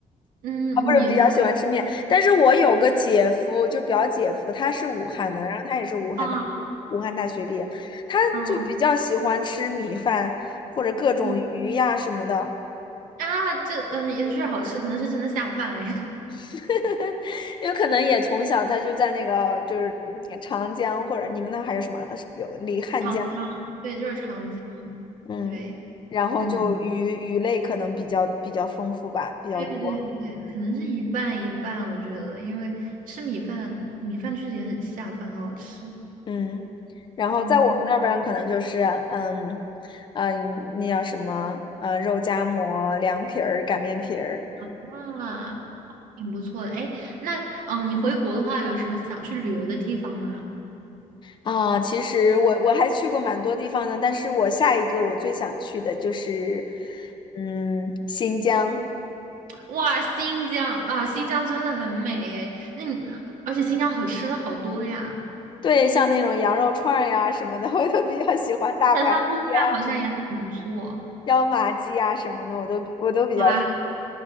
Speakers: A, on the right; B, on the left.
A: 嗯，
B: 啊，不是比较喜欢吃面。
A: 米饭
B: 但是我有个姐夫，就表姐夫，他是武汉的，然后他也是武汉大学武汉大学毕业，
A: 啊，
B: 他就比较喜欢吃米饭或者各种鱼呀什么的。
A: 啊，嗯啊，这嗯也是好吃，可能是真的下饭哎。
B: <laughs> 有可能也从小他就在那个就是嗯长江或者你们那还有什么有离汉江。
A: <laughs> 长江，对，就是长江，
B: 嗯，
A: 对，
B: 然后就鱼鱼类可能比较比较丰富吧，
A: 嗯，
B: 比较多。
A: 对对对，
B: 嗯
A: 可能是一半一半，我觉得，因为吃米饭，米饭确实也很下饭，很好吃。
B: 嗯，然后在我们那边儿可能就是嗯嗯，
A: 嗯，
B: 那叫什么呃肉夹馍、凉皮儿、擀面皮儿
A: 那。挺不错的。哎，那嗯、呃你回国的话，有什么想去旅游的地方吗？
B: 啊。其实我我还去过蛮多地方的，但是我下一个我最想去的就是嗯新疆。
A: 哇，新疆啊，新疆真的很美哎。那你，而且新疆好吃的好多呀，
B: 对，像那种羊肉串儿呀什么的，我都比较喜欢大盘鸡啊、
A: 但它物价好像也很不错。
B: 椒麻鸡啊什么的，我都我都比较喜欢
A: 哇，